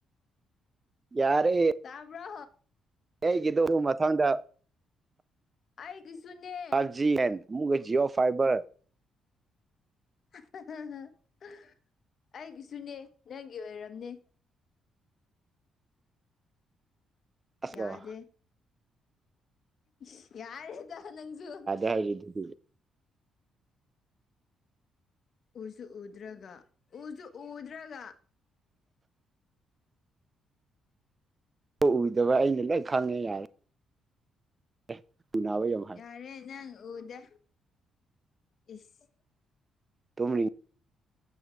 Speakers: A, on the right; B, on the left.
A: ꯌꯥꯔꯦ
B: ꯇꯥꯕ꯭ꯔꯣ
A: ꯑꯩꯒꯤꯗꯨꯕꯨ ꯃꯊꯪꯗ
B: ꯑꯩꯒꯤꯁꯨꯨꯅꯦ
A: five G and with Jio fibre
B: <unintelligible> ꯑꯩꯒꯤꯁꯨꯅꯦ ꯅꯪꯒꯤ ꯑꯣꯏꯔꯝꯅꯤ
A: ꯑꯁ
B: ꯌꯥꯗꯦ
A: ꯑꯣ
B: ꯏꯁ ꯌꯥꯔꯦꯗ ꯅꯪꯁꯨꯨ
A: ꯑꯩꯒꯤꯗꯨꯗꯤ
B: ꯎꯁꯨꯨ ꯎꯗ꯭ꯔꯒ ꯎꯁꯨꯨ ꯎꯗ꯭ꯔꯒ
A: <unintelligible> ꯎꯗꯕ ꯑꯩꯅ ꯂꯣꯏ ꯈꯪꯉꯦ ꯌꯥꯔꯦ ꯑꯦ ꯄꯨꯨꯅꯥ ꯑꯣꯏ ꯌꯧ <unintelligible>
B: ꯌꯥꯔꯦ ꯅꯪ ꯎꯗꯦ ꯏꯁ
A: ꯇꯨꯝꯃꯤ